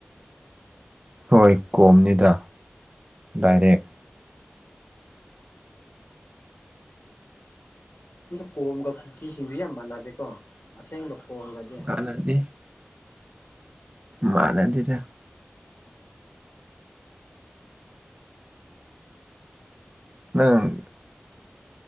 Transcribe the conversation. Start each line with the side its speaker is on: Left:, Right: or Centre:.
Right: ꯍꯣꯏ ꯀꯣꯝꯅꯤꯗ ꯗꯥꯏꯔꯦꯛ
Left: ꯑꯗꯣ ꯀꯣꯝꯒ ꯀꯨꯀꯤꯁꯤꯡꯗꯨ ꯌꯥꯝ ꯃꯥꯟꯅꯗꯦꯀꯣ ꯑꯁꯦꯡꯕ ꯀꯣꯝꯒꯗꯤ
Right: ꯍꯥꯟꯅꯥꯗꯤ ꯃꯥꯅꯗꯦꯗ ꯅꯪ